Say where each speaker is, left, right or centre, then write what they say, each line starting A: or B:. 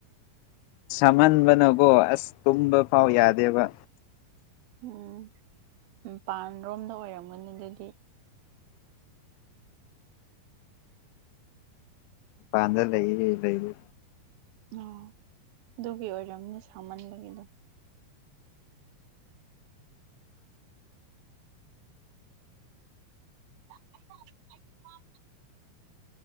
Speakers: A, on the left; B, on the right.
A: ꯁꯃꯟꯗꯅꯥꯀꯣ ꯑꯁ ꯇꯨꯝꯕ ꯐꯥꯎ ꯌꯥꯗꯦ ꯗꯦꯕ
B: ꯎꯝ ꯃꯄꯥꯟ ꯔꯣꯝꯗ ꯑꯣꯏꯔꯝꯒꯅꯤ ꯑꯗꯨꯗꯤ
A: ꯄꯥꯟꯗ ꯂꯩꯔꯤ ꯂꯩꯔꯤ
B: ꯑꯣ ꯑꯗꯨꯒꯤ ꯑꯣꯏꯔꯝꯅꯦ ꯁꯥꯃꯟꯕꯒꯤꯗꯣ ꯑ